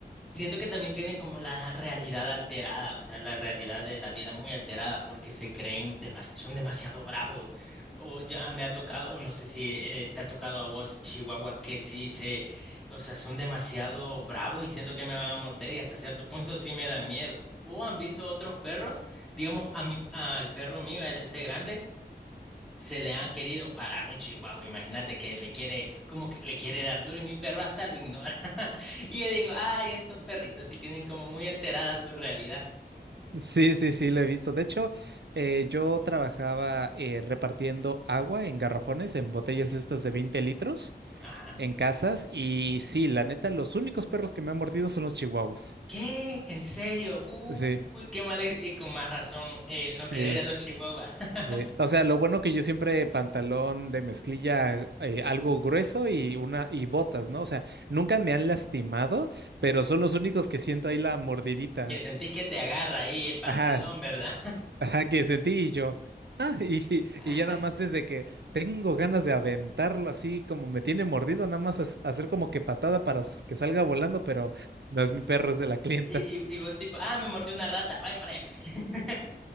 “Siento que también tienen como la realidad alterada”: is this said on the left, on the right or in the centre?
Centre